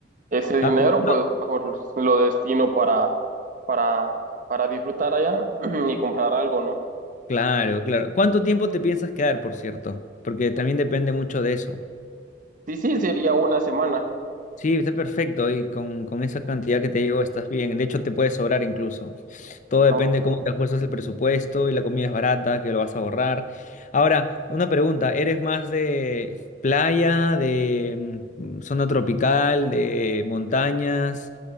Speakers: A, on the right (about 50°); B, on the left (about 45°).
A: ese dinero
B: Ah, ¿cuánto?
A: pues mejor lo destino para, para, para disfrutar allá <clears throat> y comprar algo, ¿no?
B: Claro, claro. ¿Cuánto tiempo te piensas quedar, por cierto? Porque también depende mucho de eso.
A: Sí, sí, sería una semana.
B: Sí, está perfecto y con, con esa cantidad que te digo estás bien. De hecho, te puede sobrar incluso. Todo depende
A: no
B: de cómo te ajustas el presupuesto y la comida es barata, que lo vas a ahorrar. Ahora, una pregunta, ¿eres más de playa, de mm, zona tropical, de montañas?